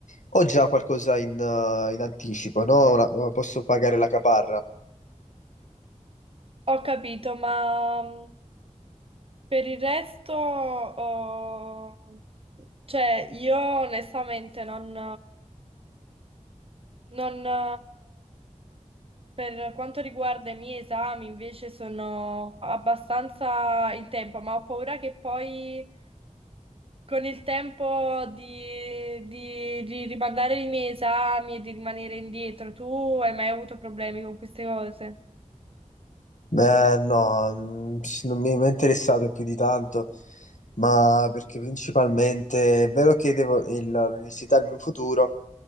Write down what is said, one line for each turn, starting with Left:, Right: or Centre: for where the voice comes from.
Left: ho già qualcosa in, eh, in anticipo, no? Ora posso pagare la caparra.
Right: Ho capito, ma... mm, Per il resto, oh, cioè, io onestamente non, non, eh, per quanto riguarda i miei esami, invece sono abbastanza in tempo, ma ho paura che poi con il tempo di, di- di rimandare i miei esami e di rimanere indietro, tu hai mai avuto problemi con queste cose?
Left: Beh, no, mm, sì, non mi è mai interessato più di tanto, ma perché principalmente è vero che devo, il- l'università è il mio futuro,